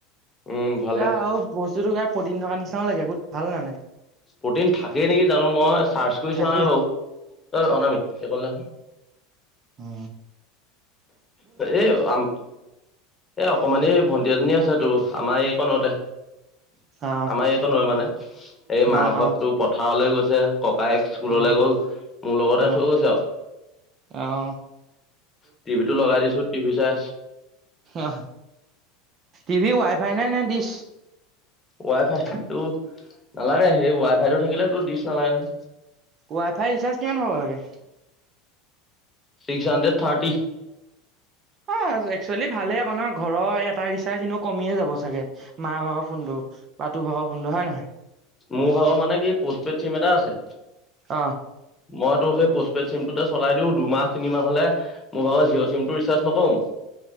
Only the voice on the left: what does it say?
উম ভাল
লাগে
প্ৰটিন থাকেই নেকি জানো মই চাৰ্চ কৰি
চোৱা নাই বাৰুঐ অনামিত কলে
এ আম এ অকমানে ভণ্টিাজী আছে তো আমাৰ এই কণতে
আমাৰ একো নোৱাৰ মানে এই মাহঘৰতটো
পথাৰলে গৈছে ককায়েক স্কুললে
গ'ল মোৰ লগতে
থৈ গৈছে আৰু
টিভি টো লগাই দিছো টিভি চাৰ্জ
ৱাই ফাইটো নালাগে সেই ৱাই ফাই টো থাকিলে তো দিচ নালাগে নহয়
ছিক্স আ থাৰ্টি
মোৰ ভাগৰ মানে কি পোষ্টপেড চিম এটা আছে
মইতো সেই পোষ্টপেড চিমটোতে চলাই দিওঁ দুমাহ তিনিমাহ হলে মোৰ ভাগ জিঅ' চিমটো ৰিচাৰ্জ নকও?